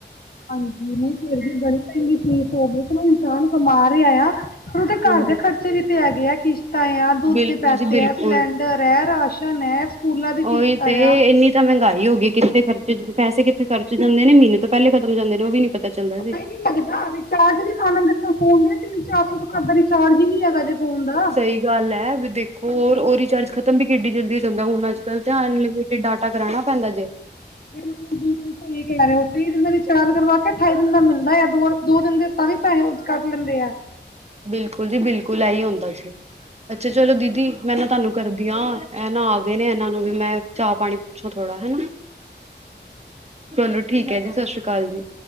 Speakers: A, on the left (about 55°); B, on the right (about 35°).
A: ਹਾਂਜੀ ਨਹੀਂ ਫਿਰ ਵੀ ਬੜੀ ਮਹਿੰਗੀ ਫੀਸ ਹੋ ਗਈ ਚਲੋ ਇਨਸਾਨ ਕਮਾ ਰਿਹਾ ਆ। ਪਰ ਉਹਦੇ
B: ਹਾਂਜੀ
A: ਘਰ ਦੇ ਖ਼ਰਚੇ ਵੀ ਤੇ ਹੈਗੇ ਆ ਕਿਸ਼ਤਾਂ ਆ, ਦੁੱਧ
B: ਬਿਲਕੁਲ
A: ਦੇ ਪੈਸੇ
B: ਜੀ ਬਿਲਕੁਲ
A: ਹੈ, ਸਿਲੰਡਰ ਹੈ, ਰਾਸ਼ਨ ਹੈ। ਸਕੂਲਾਂ ਦੀ
B: ਓਹੀ
A: ਫੀਸਾਂ
B: ਤੇ
A: ਆ
B: ਇੰਨੀ ਤਾਂ ਮਹਿੰਗਾਈ ਹੋ ਗਈ ਕਿੱਥੇ ਖਰਚੇ ਪੈਸੇ ਕਿੱਥੇ ਖਰਚ ਜਾਂਦੇ ਨੇ ਮਹੀਨੇ ਤੋਂ ਪਹਿਲੇ ਖਤਮ ਹੋ ਜਾਂਦੇ ਨੇ ਉਹ ਵੀ ਨੀ ਪਤਾ ਚੱਲਦਾ
A: ਪਤਾ
B: ਜੀ।
A: ਨੀ ਲੱਗਦਾ ਰਿਚਾਰਜ ਨੀ ਪਾਲਾ ਦੇ ਫੋਨ 'ਚ ਤਿੰਨ ਚਾਰ ਸੌ ਤੋਂ ਘੱਟ ਤਾਂ ਰਿਚਾਰਜ ਹੀ ਨੀ ਹੈਗਾ ਜੇ। ਫੋਨ ਦਾ।
B: ਸਹੀ ਗੱਲ ਹੈ, ਵੀ ਦੇਖੋ, ਉਹ ਰਿਚਾਰਜ ਖਤਮ ਵੀ ਕਿੱਡੀ ਜਲਦੀ ਹੋ ਜਾਂਦਾ। ਹੁਣ ਅੱਜ- ਕੱਲ੍ਹ ਅਨਲਿਮਿਟਿਡ ਡਾਟਾ ਕਰਾਣਾ ਪੈਂਦਾ ਜੇ।
A: ਬਿਲਕੁਲ ਜੀ ਬਿਲਕੁਲ ਸਹੀ ਕਹਿ ਰਹੇ ਹੋ ਤੀਹ ਦਿਨਾਂ ਦਾ ਚਾਰਜ ਕਰਵਾ ਕੇ ਅਠਾਈ ਦਿਨ ਦਾ ਮਿਲਦਾ ਆ ਦੋ ਦਿਨ ਦੇ ਤਾਂ ਵੀ ਪੈਸੇ ਉੱਚ ਕੱਟ ਲੈਂਦੇ ਆ।
B: ਬਿਲਕੁਲ ਜੀ ਬਿਲਕੁਲ ਆਈ ਹੁੰਦਾ ਜੀ, ਅੱਛਾ ਚਲੋ ਦੀਦੀ ਮੈਂ ਨਾ ਤੁਹਾਨੂੰ ਕਰਦੀ ਹ ਇਹ ਨਾ ਆ ਗਏ ਨੇ ਇਹਨਾਂ ਨੂੰ ਵੀ ਮੈਂ ਚਾਹ- ਪਾਣੀ ਪੁੱਛੋ ਥੋੜਾ ਹਨਾ। ਚਲੋ ਠੀਕ ਹੈ ਜੀ ਸਤਿ ਸ੍ਰੀ ਅਕਾਲ ਜੀ।